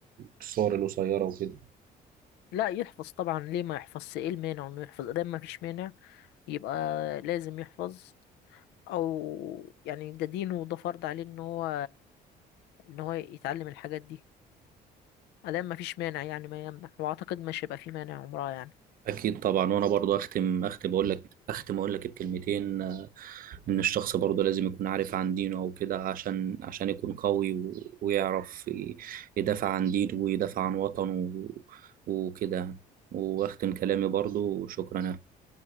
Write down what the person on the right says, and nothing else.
الصور القصيرة وكده
اكيد طبعا وانا برضو اختم اختم اقول لك اختم اقول لك بكلمتين آه، ان الشخص برضو لازم يكون عارف عن دينه او كده عشان عشان يكون قوي و- ويعرف ي- يدافع عن دينه ويدافع عن وطنه و- وكده واختم كلامي برضو وشكرا